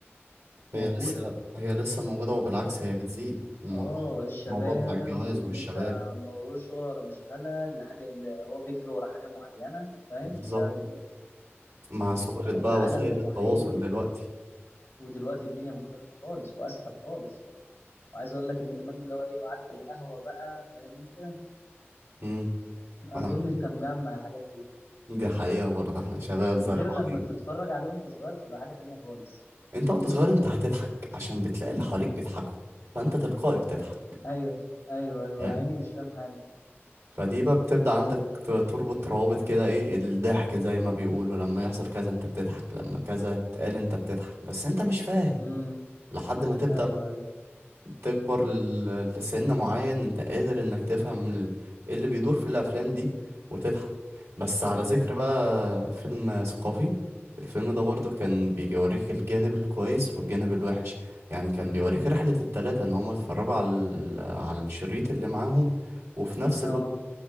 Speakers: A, on the left; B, on the right.
A: موجودة
B: هي لسه هي لسه موجوده وبالعكس هي بتزيد الموضوع
A: اه الشباب
B: الموضوع بتاع الجواز
A: وان
B: والشباب
A: انت ما وروش شغل ولا مشغلة الحاجة اللي هو بيجري ورا حاجة معينة فاهم
B: بالظبط
A: بسبب ال-
B: مع
A: ال-
B: سهوله
A: العالم
B: بقى وسائل
A: المحيط
B: التواصل دلوقتي
A: ودلوقتي الدنيا مختلفة خالص واسهل خالص وعايز اقول لك ان كمان اللي هو ايه وقعدة القهوة بقى فاهم انت
B: امم
A: <laughs>
B: انا
A: اظن انت مجمع الحاجات دي
B: دي حقيقه برضه احنا شباب زي
A: غير
B: بعضين
A: لما تتفرج عليه وانت صغير تبقى حاجة تانية خالص
B: انت وانت صغير انت هتضحك عشان بتلاقي اللي حواليك بيضحكوا فانت تلقائي بتضحك
A: <laughs> ايوه ايوه ايوه
B: فاهم؟
A: يعني مش فاهم حاجة
B: فدي بقى بتبدأ عندك ت- تربط روابط كده ايه الضحك زي ما بيقولوا لما يحصل كذا انت بتضحك لما كذا اتقال انت بتضحك بس انت مش فاهم
A: امم
B: لحد ما تبدأ
A: ايوه ايوه
B: تكبر ل- لسن معين انت قادر انك تفهم ال- ايه اللي بيدور في الافلام دي وتضحك بس على ذكر
A: امم
B: بقى فيلم ثقافي الفيلم ده برضه كان بيوريك الجانب الكويس والجانب الوحش يعني كان بيوريك رحلة التلاتة ان هما يتفرجوا على ال- على الشريط اللي معاهم وفي نفس
A: اه
B: الوقت